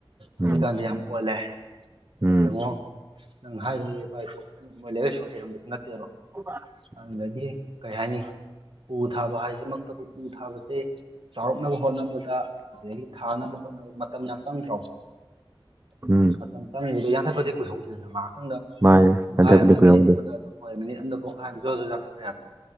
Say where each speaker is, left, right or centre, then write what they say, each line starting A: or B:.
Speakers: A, on the right; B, on the right.
A: ꯑꯗꯨꯛꯀꯥꯟꯗꯤ
B: ꯎꯝ
A: ꯌꯥꯝ ꯑꯣꯜꯂꯦ
B: ꯎꯝ
A: ꯌꯦꯡꯉꯣ ꯅꯪ ꯍꯥꯏꯔꯨ ꯏꯄꯥ ꯏꯄꯨ ꯍꯥꯏꯔꯝꯗ ꯃꯣꯏ ꯂꯥꯏꯛꯥꯏꯁꯨ ꯍꯩꯔꯝꯕꯁꯨ ꯅꯠꯇꯦꯕ
B: <inaudible>
A: ꯑꯗꯨꯗꯒꯤ ꯀꯩ ꯍꯥꯏꯅꯤ ꯎ ꯊꯥꯕ ꯍꯥꯏꯁꯤꯃꯛꯇꯕꯨ ꯎ ꯊꯥꯕꯁꯦ ꯆꯥꯎꯔꯛꯅꯕ ꯍꯣꯠꯅꯕꯗ ꯊꯥꯅꯕ ꯍꯣꯠꯅꯕꯗ ꯃꯇꯝ ꯌꯥꯝ ꯆꯪꯗ꯭ꯔꯣ
B: ꯎꯝ
A: ꯃꯇꯝ ꯆꯪꯉꯕꯗꯣ ꯌꯥꯟꯊꯠꯄꯗꯤ ꯀꯨꯏꯍꯧꯗꯦꯗꯅ ꯉꯥꯏꯍꯥꯛꯇꯪꯗ
B: ꯃꯥꯅꯦ
A: ꯄꯨꯡꯈꯥꯏ
B: ꯍꯟꯊꯕꯗꯤ
A: ꯑ ꯑꯃꯗ
B: ꯀꯨꯏꯍꯧꯗꯦ
A: ꯃꯤꯅꯤꯠ ꯑꯃꯗ ꯑꯗꯨꯝ ꯍꯣꯏ ꯃꯤꯅꯤꯠ ꯑꯃꯗ ꯄꯨꯡꯈꯥꯏ ꯑꯃ ꯆ ꯑꯣꯏꯁꯨ ꯌꯥꯟꯊꯠꯄ ꯌꯥꯗꯦ